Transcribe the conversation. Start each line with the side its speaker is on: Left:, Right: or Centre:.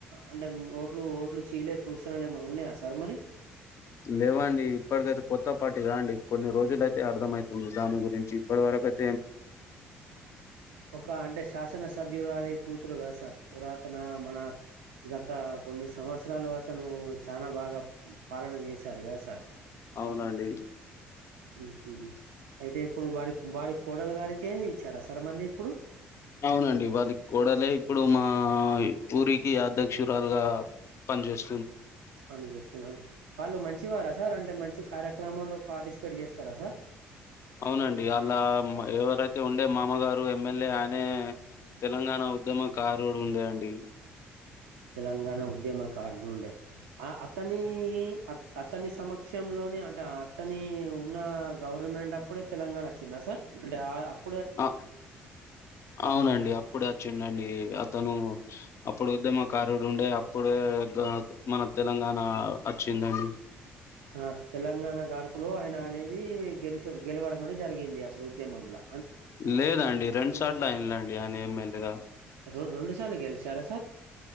Right: అంటే ఓట్లు ఓట్లు చీయలే చూసా లేమ ఉన్నాయా సార్ మరి
Left: లేవండి ఇప్పటికైతే కొత్త పార్టీగ అండి కొన్ని రోజుల అయితే అర్థమవుతుంది దాని గురించి ఇప్పటి వరకయితే
Right: ఒక అంటే శాసనసభ్యురాలి కూతురుగా సార్ పురాతన మన గత కొన్ని సంవత్సరాలు అతను చానా బాగా బాగా పాలన చేశారు కద సార్
Left: అవునండి
Right: మ్ హు అయితే ఇప్పుడు వారి వారి కోడలు గారికే ఇచ్చారా సార్ మళ్ళీ ఇప్పుడు
Left: అవునండి వాళ్ళకి కో డలే ఇప్పుడు మా ఆ ఊరికి అధ్యక్షురాలుగా పనిచేస్
Right: పని చేస్తున్నార వాళ్ళు మంచివారా సార్ అంటే మంచి కార్యక్రమంలో పార్టిసిపేట్ చేస్ స్తారా సార్
Left: అవునండి అలా ఎవరైతే ఉండే మామగారు ఎమ్మెల్యే ఆయన టే తెలంగాణ ఉద్యమ కారుడు ఉండే అండి
Right: తెలంగాణ ఉద్యమకారుడుండే ఆ అతని అతని సమక్ష క్షంలోనే అంటే అతని ఉన్న గవర్నమెంట్ అప్పుడే తెలంగాణ వచ్చిందా సార్ అంటే ఆ అప్
Left: ఆ అవునండి అప్పుడే వచ్చిడండి అతను అప్పుడు ఉద్యమ కారుడు ఉండే అప్పుడే మన తెలంగాణ వచ్చిందండి
Right: ఆ తెలంగాణ గడుపులో ఆయన అనేది గెలిచి గెలవడం అనే జరిగింది అప్ ఉద్యమంలా
Left: లేదండి రెండు సార్ల అఇండ్లండి ఆయన ఎమ్మెల్యేగా
Right: ర్ రెండు సార్ల గెలిచారా సార్